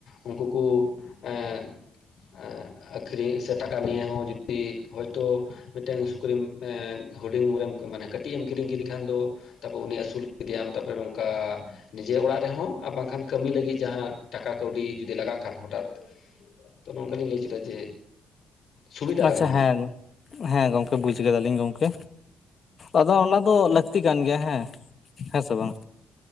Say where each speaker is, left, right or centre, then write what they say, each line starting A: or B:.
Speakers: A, on the left; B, on the left.
A: ᱩᱱᱠᱩ ᱠᱩ ᱮ ᱮ ᱟᱹᱠᱷᱨᱤᱧ ᱥᱮ ᱴᱟᱠᱟ ᱱᱤᱭᱮ ᱦᱚᱸ ᱡᱩᱫᱤ ᱦᱳᱭᱛᱳ ᱢᱤᱫᱴᱮᱱ ᱥᱩᱠᱨᱤ ᱮ ᱦᱩᱰᱤᱧ ᱨᱮ ᱢᱟᱱᱮ ᱠᱟᱹᱴᱤᱡ ᱮᱢ ᱠᱤᱨᱤᱧ ᱠᱮᱫᱮ ᱠᱷᱟᱱ ᱫᱚ ᱛᱟᱨᱯᱚᱨᱮ ᱩᱱᱤ ᱟᱹᱥᱩᱞ ᱠᱮᱫᱮᱭᱟᱢ ᱛᱟᱨᱯᱚᱨᱮ ᱱᱚᱝᱠᱟ ᱱᱤᱡᱮ ᱚᱲᱟᱜ ᱨᱮᱦᱚᱸ ᱟᱨ ᱵᱟᱝᱠᱷᱟᱱ ᱠᱟᱹᱢᱤ ᱞᱟᱹᱜᱤᱫ ᱡᱟᱦᱟᱸ ᱴᱟᱠᱟ ᱠᱟᱹᱣᱰᱤ ᱡᱩᱫᱤ ᱞᱟᱜᱟᱜ ᱠᱷᱟᱱ ᱦᱚᱴᱟᱛ᱾ ᱛᱚ ᱱᱚᱝᱠᱟ ᱞᱤᱧ ᱞᱟᱹᱭ ᱦᱚᱪᱚᱭᱮᱫᱟ ᱡᱮ ᱥᱩᱵᱤᱫᱷᱟ
B: ᱟᱪᱪᱷᱟ
A: ᱜᱟᱱᱚᱜᱼᱟ
B: ᱦᱮᱸ ᱦᱮᱸ ᱜᱚᱝᱠᱮ ᱵᱩᱡᱽ ᱠᱮᱫᱟᱞᱤᱧ ᱜᱚᱢᱠᱮ᱾ ᱟᱫᱚ ᱚᱱᱟ ᱫᱚ ᱞᱟᱹᱠᱛᱤ ᱠᱟᱱ ᱜᱮᱭᱟ ᱦᱮᱸ, ᱦᱮᱸ ᱥᱮ ᱵᱟᱝ᱾